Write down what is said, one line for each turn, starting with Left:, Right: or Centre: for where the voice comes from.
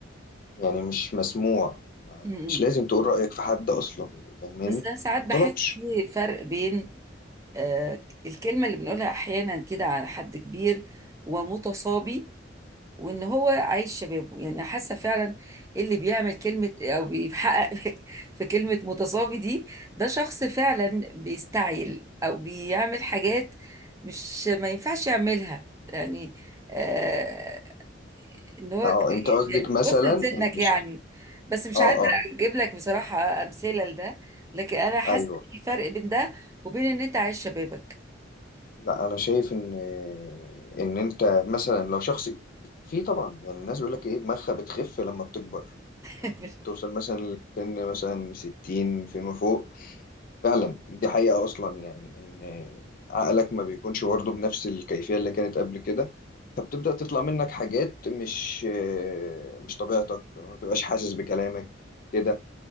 Left: يعني مش مسموع ما-
Right: مم.
Left: مش لازم تقول رأيك في حد أصلا يعني فاهماني
Right: بس انا ساعات
Left: ما
Right: بحس
Left: انطلبش
Right: في فرق بين آه، الكلمة اللي بنقولها احيانا كده على حد كبير ومتصابي وان هو عايش شبابه يعني حاسه فعلا اللي بيعمل كلمه او بيحقق <laughs> في كلمه متصافي دي ده شخص فعلا بيستعجل او بيعمل حاجات مش ما ينفعش يعملها يعني آه ان هو
Left: أه
Right: ك-
Left: أنت قصدك
Right: يعني
Left: مثلا
Right: بص لسنك
Left: إن
Right: يعني
Left: ش-
Right: بس مش
Left: أه
Right: قادره
Left: أه
Right: اجيب لك بصراحه امثله لده لكن انا حاسه
Left: أيوه
Right: إن في فرق بين ده وبين ان انت عايش شبابك
Left: لا انا شايف ان ان انت مثلا لو شخص في طبعا يعني الناس بيقول لك ايه دماغها بتخف لما بتكبر يعني
Right: <laughs>
Left: بتوصل مثلا لسن مثلا 60 فيما فوق فعلا دي حقيقة اصلا يعني ان عقلك ما بيكونش برضه بنفس الكيفية اللي كانت قبل كده فبتبدأ تطلع منك حاجات مش مش طبيعتك ما بتبقاش حاسس بكلامك كده